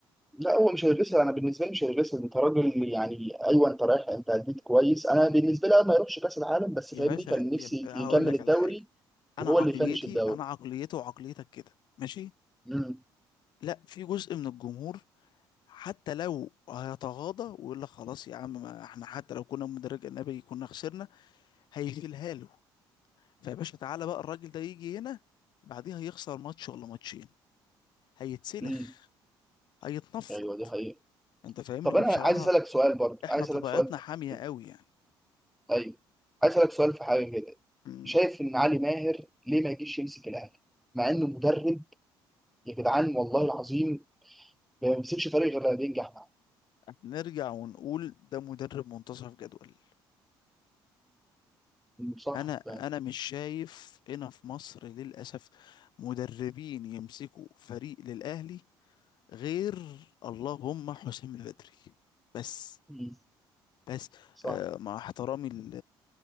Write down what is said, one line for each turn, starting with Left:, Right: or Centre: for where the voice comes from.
Centre: لا هو مش هيغسل انا بالنسبه لي مش هيغسل انت راجل يعني ايوه انت رايح انت اديت كويس انا بالنسبه لي أنا ما يروحش كاس العالم بس
Left: يا
Centre: فاهمني
Left: باشا
Centre: كان نفسي
Left: يبقى هقول
Centre: يكمل
Left: لك
Centre: الدوري
Left: على حاجة أنا
Centre: وهو
Left: عقليتي
Centre: اللي يفنش الدوري
Left: أنا عقليته وعقليتك كده ماشي
Centre: امم
Left: لا في جزء من الجمهور حتى لو هيتغاضى ويقول لك خلاص يا عم ما احنا حتى لو كنا مدرج أجنبي كنا خسرنا هيشيلها له فيا باشا تعالى بقى الراجل ده يجي هنا بعديها يخسر ماتش ولا ماتشين هيتسلخ
Centre: امم
Left: هيتنفض
Centre: ايوه دي حقيقه
Left: انت فاهمني
Centre: طب
Left: وبصراحة
Centre: انا عايز اسالك سؤال برضه
Left: احنا
Centre: عايز
Left: طبيعتنا
Centre: اسالك سؤال في
Left: حامية
Centre: حاجه كده
Left: قوي يعني
Centre: ايوه عايز اسالك سؤال في حاجه كده
Left: مم.
Centre: شايف ان علي ماهر ليه ما يجيش يمسك الاهلي مع انه مدرب يا جدعان والله العظيم ما بيمسكش فريق غير لما بينجح معاه
Left: نرجع ونقول ده مدرب منتصف جدول
Centre: امم صح
Left: انا
Centre: فعلا.
Left: انا مش شايف هنا في مصر للاسف مدربين يمسكوا فريق للاهلي غير اللهم حسام البدري بس
Centre: مم.
Left: بس
Centre: صح
Left: آه مع احترامي ل-